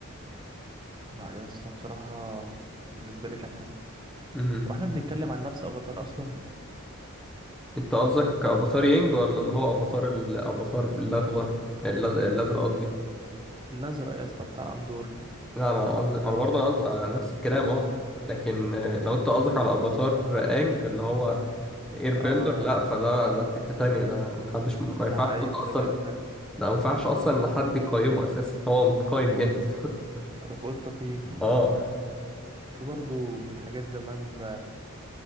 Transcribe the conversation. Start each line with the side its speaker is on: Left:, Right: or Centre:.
Right: لا يا اسطى بصراحة بالنسبة لي كان حلو
Centre: امم
Right: واحنا بنتكلم عن نفس افاتار اصلا
Centre: انت قصدك افاتار ينج ولا اللي هو افاتار الافاتار الاخضر ال- الازرق قصدي
Right: الازرق يا اسطى بتاع اندورا
Centre: لا انا قصدي انا برضه قصدي آه، نفس الكلام اه لكن آه، لو انت قصدك على افاتار انج اللي هو اير بندر
Right: اه
Centre: لا فده ده في حتة تانية ده محدش ما
Right: بتاع
Centre: ينفعش
Right: ايام
Centre: حد
Right: زمان
Centre: اصلا
Right: ده
Centre: ده ما ينفعش اصلا ان حد يقيمه اساسا هو متقيم جاهز <laughs>
Right: ده فوق التقييم
Centre: اه
Right: وفي برضو من حاجات زمان